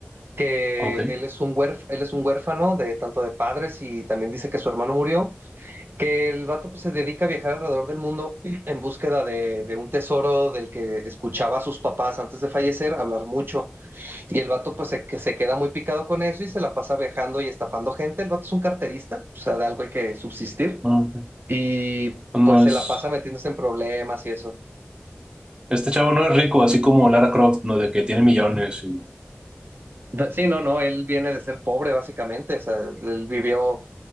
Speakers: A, on the right; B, on the right.
A: que
B: Ok,
A: él es un huérf- él es un huérfano de tanto de padres y también dice que su hermano murió, que el vato pues se dedica a viajar alrededor del mundo en búsqueda de, de un tesoro del que escuchaba a sus papás antes de fallecer hablar mucho Y el vato pues se, que se queda muy picado con eso y se la pasa viajando y estafando gente. El vato es un carterista, o sea, de algo hay que subsistir.
B: ah, ok.
A: Y
B: Pues
A: pues
B: No
A: se
B: es.
A: la pasa metiéndose en problemas y eso.
B: Este chavo no es rico, así como Lara Croft, ¿no? De que tiene millones y.
A: Da- Sí, no, no, él viene de ser pobre básicamente, o sea, él vivió